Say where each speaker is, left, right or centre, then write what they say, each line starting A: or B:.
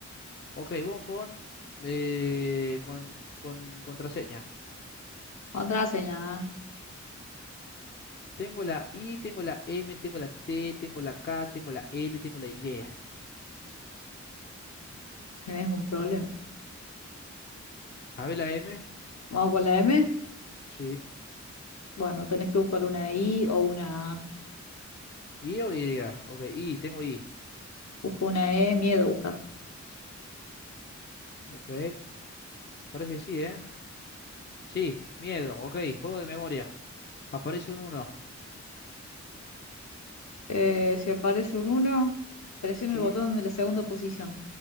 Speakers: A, on the left (about 35°); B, on the left (about 65°).
A: Ok, vamos con, eh, con, con contraseña.
B: Contraseña.
A: Tengo la I, tengo la M, tengo la T, tengo la K, tengo la L, tengo la Y.
B: Tenés un problema.
A: A ver la M.
B: Vamos con la M.
A: Sí.
B: Bueno, tenés que buscar una I o una A.
A: ¿I o Y? Ok, I, tengo I.
B: Busca una E, miedo busca.
A: Ok, parece que sí, ¿eh? Sí, miedo. Ok, juego de memoria. Aparece un uno.
B: Eh, si aparece un uno, presiona
A: Sí,
B: el botón de la segunda posición.